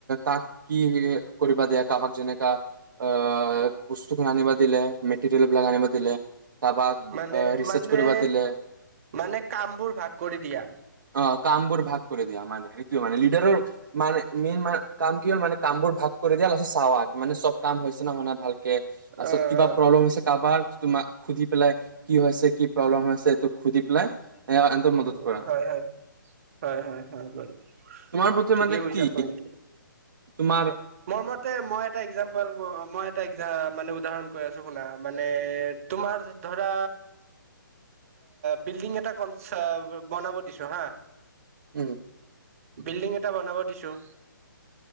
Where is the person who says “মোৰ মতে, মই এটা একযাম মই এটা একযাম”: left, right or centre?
Right